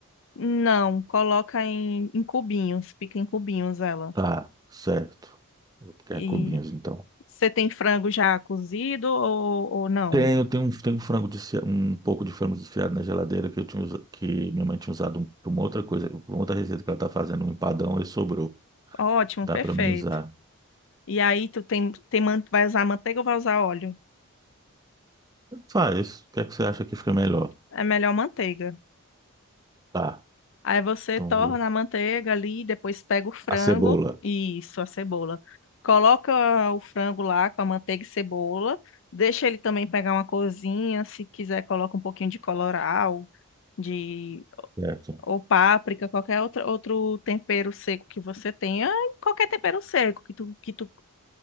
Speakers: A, on the left; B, on the right.
A: Não, coloca em, em cubinhos, pica em cubinhos ela.
B: Tá, certo. Vou picar
A: E
B: em cubinhos então.
A: você tem frango já cozido ou, ou não?
B: Tenho, tenho um, tenho um frango desfi- um pouco de frango desfiado na geladeira que eu tinha usa- que minha mãe tinha usado para uma outra coisa, para uma outra receita que ela tá fazendo, um empadão e sobrou.
A: Ótimo,
B: Dá
A: perfeito.
B: para mim usar.
A: E aí tu tem, tem, man- vai usar manteiga ou vai usar óleo?
B: Faz. O que é que você acha que fica melhor?
A: É melhor manteiga.
B: Tá.
A: Aí você
B: Então,
A: torna a manteiga ali, depois pega o frango
B: a cebola.
A: e isso, a cebola. Coloca o frango lá com a manteiga e cebola. Deixa ele também pegar uma corzinha, se quiser coloca um pouquinho de colorau, de
B: Certo.
A: ou páprica, qualquer outro, outro tempero seco que você tenha, qualquer tempero seco que tu, que tu